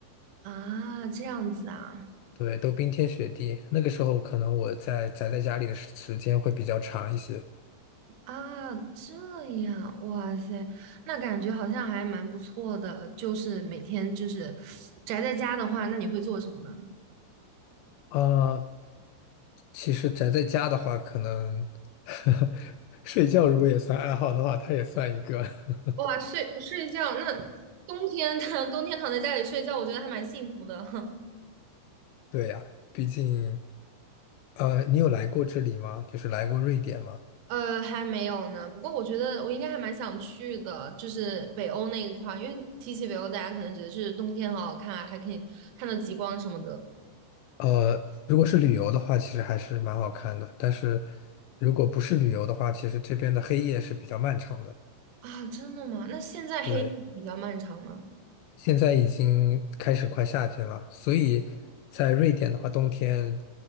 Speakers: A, on the right; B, on the left.
A: 啊，这样子啊，
B: 对，都冰天雪地。那个时候可能我在宅在家里的时时间会比较长一些
A: 啊，这样，哇塞，那感觉好像还蛮不错的。就是每天就是宅在家的话，那你会做什么呢？
B: 啊，其实宅在家的话，可能 <laughs> 睡觉如果也算爱好的话，它也算一个。<laughs>
A: 哇，睡睡觉，那冬天 <laughs> 冬天躺在家里睡觉，我觉得还蛮幸福的。<laughs>
B: 对呀，毕竟，呃，你有来过这里吗？就是来过瑞典吗？
A: 呃，还没有呢，不过我觉得我应该还蛮想去的，就是北欧那一块儿因为提起北欧，大家可能觉得是冬天好好看啊，还可以看到极光什么的
B: 呃，如果是旅游的话，其实还是蛮好看的。但是，如果不是旅游的话，其实这边的黑夜是比较漫长的。
A: 啊。真的吗？那现在黑夜比较漫长吗？
B: 对，现在已经开始快夏天了，所以在瑞典的话，冬天